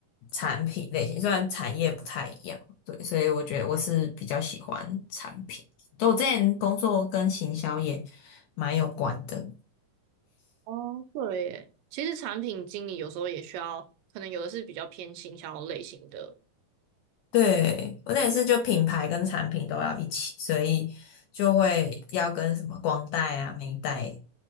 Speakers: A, on the left; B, on the right.
A: 产品类型，虽然产业不太一样，对，所以我觉得我是比较喜欢产品。就我之前工作跟行销也蛮有关的，
B: 哦，对耶，其实产品经理有时候也需要，可能有的是比较偏行销类型的。
A: 对，我那也是就品牌跟产品都要一起，所以就会要跟什么光带啊、美带